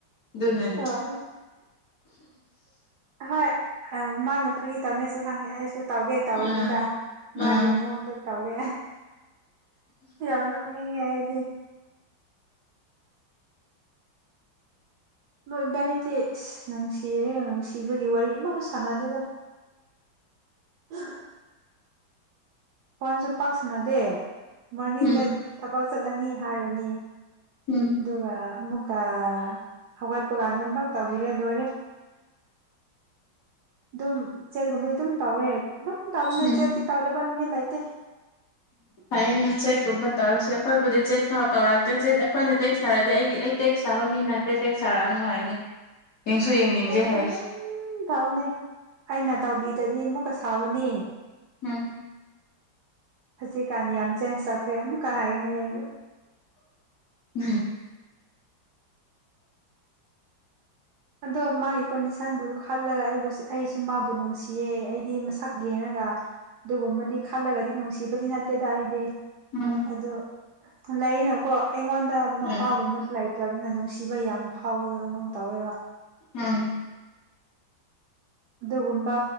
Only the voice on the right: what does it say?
ꯍꯣꯏ ꯍꯣꯏ ꯃꯥꯅ ꯐꯪꯤ ꯇꯕꯅꯦꯁꯨ ꯈꯪꯉꯦ ꯑꯩꯁꯨ ꯇꯧꯒꯦ ꯇꯧꯔꯨꯅꯤꯗ
ꯃꯥꯒꯤ
ꯃꯑꯣꯣꯟꯗ ꯇꯧꯒꯦ ꯌꯥꯝ ꯅꯣꯛꯅꯤꯡꯉꯦ ꯑꯩꯗꯤ ꯅꯣꯏ ꯏꯕꯥꯅꯤꯗꯤꯁ ꯅꯨꯡꯁꯤꯔꯦ ꯅꯨꯡꯁꯤꯕꯒꯤ ꯋꯥꯔꯤ ꯑꯃꯁꯨ ꯁꯥꯟꯅꯗꯦꯗ ꯎ ꯍꯣꯟꯁꯨ ꯄꯥꯛꯁꯅꯗꯦ ꯃꯣꯔꯅꯤꯡꯗ
ꯊꯕꯛ ꯆꯠꯂꯅꯤ ꯊꯥꯔꯅꯤ
ꯑꯗꯨꯒ ꯀ ꯍ ꯀꯥꯟ ꯑꯃꯃꯛ ꯇꯧꯕꯤꯔꯦ ꯂꯣꯏꯔꯦ ꯑꯗꯨꯝ ꯆꯦꯠꯀꯨꯝꯕꯩ ꯑꯗꯨꯝ ꯇꯧꯋꯦ ꯑꯗꯨꯝ ꯇꯧꯅꯦ
ꯆꯦꯠꯇꯤ ꯇꯧꯗꯕ ꯅꯨꯃꯤꯠ ꯂꯩꯇꯦ
ꯑꯦꯁꯨ
ꯑꯗꯨꯝ ꯊꯝꯅꯦ ꯑꯩꯅ ꯇꯧꯕꯤ ꯗꯗꯤ ꯑꯃꯨꯛꯀ ꯁꯥꯥꯎꯕꯅꯤ
ꯍꯧꯖꯤꯛꯀꯥꯟꯅꯤ ꯌꯥꯝ ꯆꯦꯟꯖ ꯇꯧꯈ꯭ꯔꯦ ꯑꯃꯨꯛꯀ ꯍꯥꯏꯅꯤ ꯑꯩ
ꯑꯗꯣ ꯃꯥꯒꯤ ꯀꯣꯟꯗꯤꯁꯟꯕꯨ ꯈꯜꯂꯒ ꯑꯩꯕꯨ ꯑꯩꯁꯨ ꯃꯥꯕꯨ ꯅꯨꯡꯁꯤꯌꯦ ꯑꯩꯗꯤꯁ ꯁꯛ ꯌꯦꯡꯉꯒ ꯑꯗꯨꯒꯨꯝꯕꯗꯤ ꯈꯜꯂꯒꯗꯤ ꯅꯨꯡꯁꯤꯕꯗꯤ ꯅꯠꯇꯦꯗ ꯑꯩꯗꯤ
ꯑꯗꯣ ꯂꯩꯅꯀꯣ ꯑꯩꯉꯣꯟꯗ
ꯃꯄꯥꯒꯨꯝꯕꯁꯨ ꯂꯩꯇ꯭ꯔꯅꯤꯅ ꯅꯨꯡꯁꯤꯕ ꯌꯥꯝ ꯐꯥꯎꯋꯦꯕ ꯑꯩꯉꯣꯟꯗ ꯇꯧꯋꯦꯕ
ꯑꯗꯨꯒꯨꯝꯕ